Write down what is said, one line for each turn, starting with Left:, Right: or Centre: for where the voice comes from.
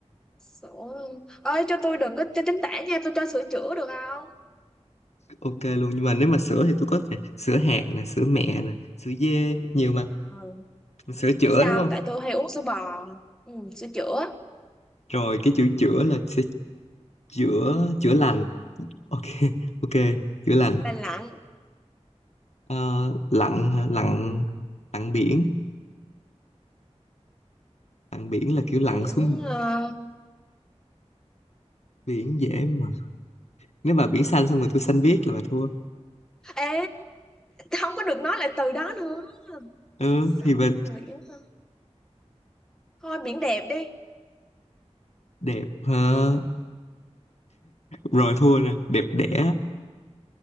Centre: sữa ơi cho tôi đừng có cho tránh tả nha tôi cho sữa chữa được không
Left: ok luôn nhưng mà nếu mà sữa thì tôi có nè, sữa hạt nè sữa mẹ nè sữa dê nhiều mà
Centre: Ờ,
Left: sữa
Centre: biết
Left: chữa
Centre: sao
Left: đúng không
Centre: không? tại tôi hay uống sữa bò ừ, sữa chữa
Left: rồi cái chữ chữa là sẽ chữa chữa lành ok <laughs> ok chữa lành
Centre: lành lặn
Left: Ờ, lặn hả? lặn lặn biển lặn biển là kiểu lặn
Centre: biển
Left: xuống
Centre: ờ,
Left: biển dễ mà nếu bà biển xanh xong rồi tôi xanh biếc là bà thua
Centre: à không có được nói lại từ đó nữa
Left: ừ
Centre: sắp
Left: thì bà
Centre: biển hả? thôi biển đẹp đi
Left: đẹp hả? rồi thua nè đẹp đẽ